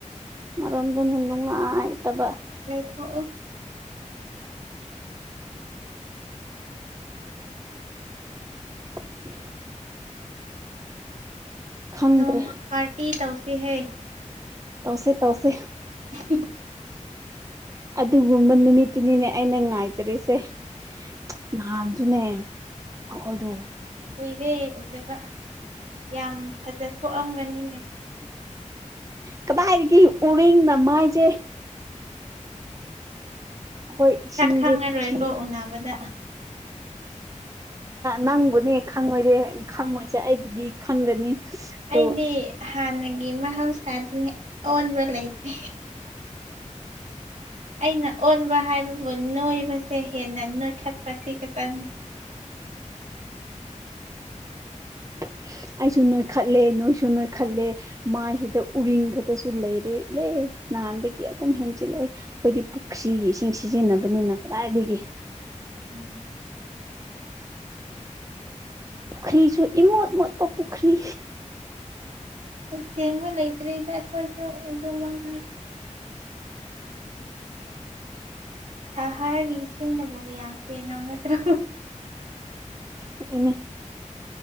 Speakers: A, on the right (about 25°); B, on the right (about 70°).
A: ꯑꯗꯨꯅ ꯅꯨꯡꯉꯥꯏꯇꯕ
B: ꯊꯣꯛꯎ
A: <unintelligible> ꯈꯪꯗ꯭ꯔꯦ
B: ꯅꯣꯡꯃ ꯄꯥꯔꯇꯤ ꯇꯧꯁꯤꯦ ꯍꯦ
A: ꯇꯧꯁꯦ ꯇꯧꯁꯦ
B: <unintelligible>
A: ꯑꯗꯨꯒꯨꯝꯕ ꯅꯨꯃꯤꯠꯇꯨꯅꯤꯅꯦ ꯑꯩꯅ ꯉꯥꯏꯖꯔꯤꯁꯦ ꯦ ꯅꯍꯥꯟꯗꯨꯅꯦ ꯑꯩꯈꯣꯏꯗ
B: ꯎꯏꯔꯦ ꯎꯗꯕ ꯌꯥꯝ ꯐꯖ ꯊꯣꯛꯑꯝꯒꯅꯤꯅꯦ
A: ꯀꯗꯥꯏꯗꯒꯤ ꯎꯔꯤꯦꯡꯅ ꯃꯥꯏꯁꯦ ꯑꯩꯈꯣꯏ ꯏꯁꯤꯡꯁꯦ
B: ꯁꯛ ꯈꯪꯉꯔꯣꯏꯀꯣ
A: ꯄꯨꯈ꯭ꯔꯤ
B: ꯎꯅꯕꯗ
A: ꯅꯪꯕꯨꯅꯦ ꯈꯪꯉꯣꯏꯔꯦ ꯈꯪꯉꯣꯏꯁꯦ ꯑꯩꯕꯨꯗꯤ ꯈꯪꯒꯅꯤ ꯑꯗꯣ
B: ꯑꯩꯗꯤ ꯍꯥꯟ ꯃ ꯍꯥꯎꯁꯗꯅꯤ ꯑꯣꯟꯕ ꯂꯩꯥꯏꯇ ꯑꯩꯅ ꯑꯣꯟꯕ ꯍꯥꯏꯕꯕꯨ ꯅꯣꯏꯕꯁꯦ ꯍꯦꯟꯅ ꯁꯠ ꯄꯥꯏꯁꯤ ꯍꯦ ꯇꯔꯅꯤ
A: <unintelligible> ꯑꯩꯁꯨ ꯅꯣꯏ ꯈꯜꯂꯦ ꯅꯣꯏꯁꯨ ꯅꯣꯏ ꯈꯜꯂꯦ ꯃꯥꯏꯁꯤꯗ ꯎꯔꯤꯡ ꯈꯛꯇꯁꯨ ꯂꯩꯔꯦ ꯏꯂꯦ ꯅꯍꯥꯟꯗꯒꯤ ꯑꯗꯨꯝ ꯍꯦꯟ ꯆꯤꯜꯂꯛꯏ ꯑꯩꯈꯣꯏꯗꯤ ꯄꯨꯈ꯭ꯔꯤꯒꯤ ꯏꯁꯤꯡ ꯁꯤꯖꯤꯟꯅꯕꯅꯤꯅ ꯀꯗꯥꯏꯗꯒꯤ
B: ꯎꯝ
A: ꯄꯨꯈ꯭ꯔꯤꯁꯨ ꯏꯃꯣꯠ ꯃꯣꯠꯄ ꯄꯨꯈꯔꯤ
B: ꯁꯦꯡꯕ ꯂꯩꯇ꯭ꯔꯤꯗ ꯑꯩꯈꯣꯏꯁꯨ ꯑꯗꯨꯃꯛ ꯁꯍꯔꯒꯤ ꯏꯁꯤꯡꯗꯕꯨ ꯀꯌꯥꯝ ꯊꯦꯡꯉꯝꯒꯗ꯭ꯔꯣ
A: ꯑꯗꯨꯅꯤ